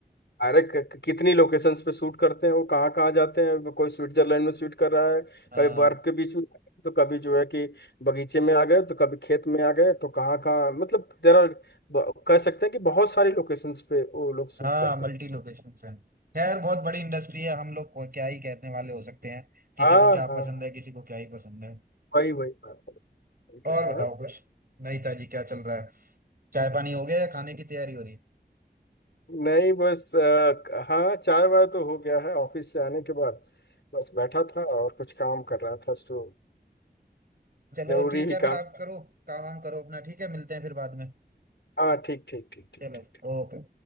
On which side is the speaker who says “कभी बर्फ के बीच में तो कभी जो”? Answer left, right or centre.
Left